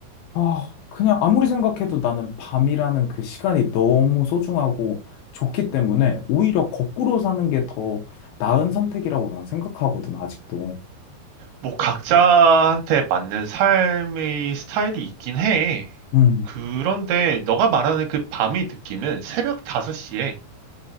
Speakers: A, on the left; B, on the right.
A: 아, 그냥 아무리 생각해도 나는 밤이라는 그 시간이 너무 소중하고 좋기 때문에 오히려 거꾸로 사는 게 더 나은 선택이라고 난 생각하거든, 아직도.
B: 뭐 각자한테 맞는 삶의 스타일이 있긴 해.
A: 음.
B: 그런데 너가 말하는 그 밤의 느낌은 새벽 5시에